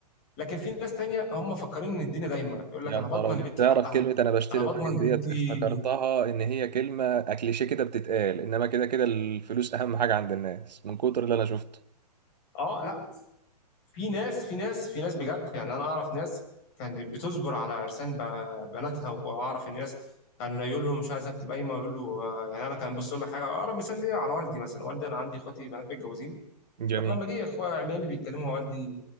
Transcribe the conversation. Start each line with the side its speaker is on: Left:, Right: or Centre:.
Left: لكن في ناس تانية هم مفكرين ان الدنيا دايما يقول لك
Right: يا
Left: انا
Right: نهار
Left: بضمن
Right: أبيض
Left: لبنتي
Right: تعرف
Left: حقها
Right: كلمة أنا بشتري
Left: انا بضمن
Right: الراجل ديت
Left: لبنتي
Right: افتكرتها إن هي كلمة كليشيه كده بتتقال إنما كده كده الفلوس أهم حاجة عند الناس من كتر اللي أنا شفته
Left: اه لا في ناس في ناس في ناس بجد يعني انا اعرف ناس كانت بتصبر على عرسان ب- بناتها واعرف ان ناس كان يقول له مش عايز اكتب قايمه يقول له آه، يعني انا كان بص لك حاجه اقرب مثال ليا على والدي مثلا والدي انا عندي اخواتي بنات متجوزين
Right: جميل
Left: فلما جه اخويا عمامي بيتكلموا مع والدي